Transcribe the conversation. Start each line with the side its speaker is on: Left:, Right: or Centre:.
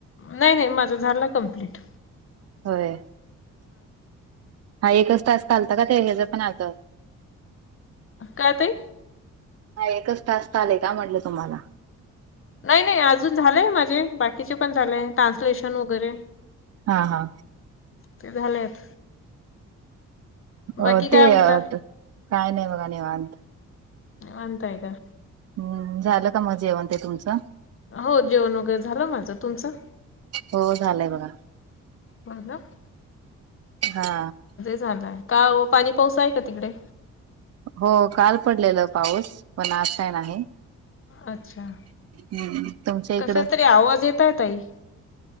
Left: नाही नाही माझ झाल कम्प्लीट.
Right: होय हा एकच तास घालत का ते हच पण आत
Left: काय ते
Right: हा एकच तास चाले का म्हटलं तुम्हाला
Left: नाही नाही अजून झालंय माझे बाकीचे पण झालेय ट्रान्सलेशन वगैरे
Right: हा हा
Left: ते झाले <unintelligible>
Right: हो
Left: बाकी काय
Right: ते
Left: म्हणता?
Right: काय नाही बघा निवांत
Left: निवांतय का?
Right: हम्म झालं का जेवण ते तुमचं
Left: हो जेवण वगैरे झालं माझं तुमचं
Right: हो झालंय बघा
Left: बला <unintelligible>
Right: हा
Left: झालंय का ओ पाणी पाऊस आहे का तिकडे
Right: हो काल पडलेलं पाऊस पण असाय नाही
Left: अच्छा.
Right: हम् तुमच्या इकडं
Left: कशा तरी आवाज येताय ताई.